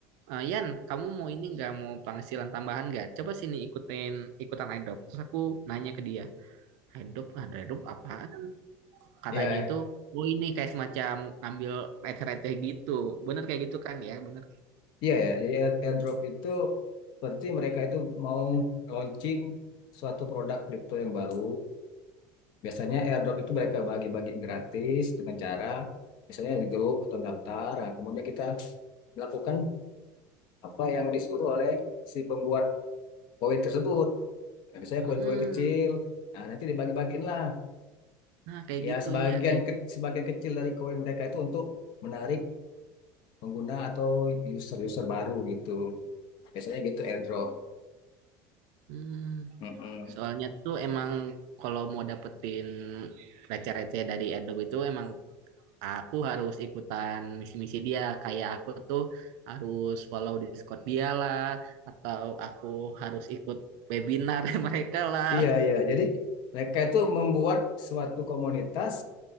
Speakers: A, on the right; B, on the left.
A: "Eh, "Yan, kamu mau ini nggak mau penghasilan tambahan nggak? Coba sini ikutin ikutan iDrop." Terus aku nanya ke dia, "iDrop, ada iDrop apa?" katanya
B: iya,
A: itu oh ini kayak semacam ngambil receh-receh gitu bener kayak gitu kan ya bener
B: iya, ya. Jadi air- airdrop itu seperti mereka itu mau launching suatu produk kripto yang baru. Biasanya airdrop itu mereka bagi-bagi gratis dengan cara misalnya di grup atau daftar. Nah, kemudian kita melakukan apa yang disuruh oleh si pembuat koin tersebut. Nah, misalnya
A: Mm-mm.
B: koin-koin kecil, nah nanti dibagi-bagiin lah.
A: nah kayak
B: Ya
A: gitu
B: sebagian
A: iya kayak
B: ke,
A: gitu
B: sebagian kecil dari koin mereka itu untuk menarik pengguna atau user-user baru gitu. Biasanya gitu airdrop.
A: Mm.
B: Mm-mm.
A: soalnya tuh emang kalau mau dapetin receh-receh dari Adobe itu emang aku harus ikutan misi-misi dia kayak aku tuh harus follow Discord dia lah atau aku harus ikut webinar <laughs> mereka lah
B: Iya, iya. Jadi mereka itu membuat suatu komunitas